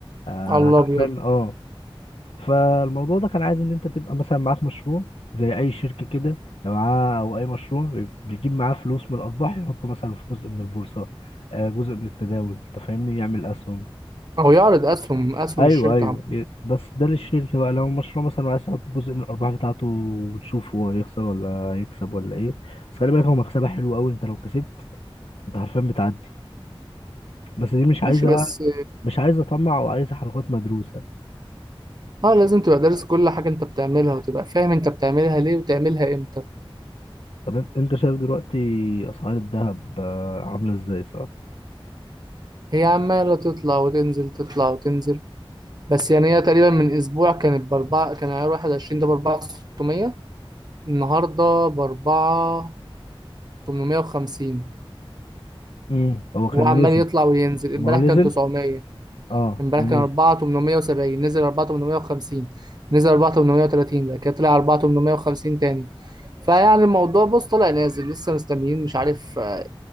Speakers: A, on the left; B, on the right.
A: آه
B: على الابيض
A: حرفيا اه فالموضوع ده كان عايز ان انت تبقى مثلا معاك مشروع زي اي شركه كده لو معاه او اي مشروع بي- بيجيب معاه فلوس من الارباح يحط مثلا في جزء من البورصه آه، جزء من التداول انت فاهمني يعمل اسهم
B: او يعرض اسهم اسهم
A: ايوه
B: الشركه
A: ايوه
B: عم.
A: ي- بس ده للشركه بقى لو مشروع مثلا عايز تحط جزء من الارباح بتاعته وتشوف هو هيخسر ولا هيكسب ولا ايه بس خلي بالك هو مكسبها حلو قوي انت لو كسبت انت حرفيا بتعدي بس دي مش
B: ماشي
A: عايزه
B: بس
A: بقى مش عايزه طمع وعايزه حركات مدروسه
B: اه لازم تبقى دارس كل حاجه انت بتعملها وتبقى فاهم انت بتعملها ليه وتعملها امتى
A: طب ان- انت شايف دلوقتي اسعار الذهب آه، عامله ازاي صح؟
B: هي عمالة تطلع وتنزل تطلع وتنزل بس يعني هي تقريبا من أسبوع كانت بأربعة كان عيار واحد وعشرين ده بأربعة ستمية النهاردة بأربعة تمنمية وخمسين
A: امم هو كان
B: وعمال
A: نزل
B: يطلع وينزل
A: ما
B: امبارح
A: هو نزل
B: كان تسعمية
A: اه
B: امبارح
A: ونزل
B: كان أربعة تمنمية وسبعين نزل أربعة تمنمية وخمسين نزل أربعة تمنمية وتلاتين بعد كده طلع أربعة تمنمية وخمسين تاني فيعني الموضوع بص طالع نازل لسه مستنيين مش عارف آه،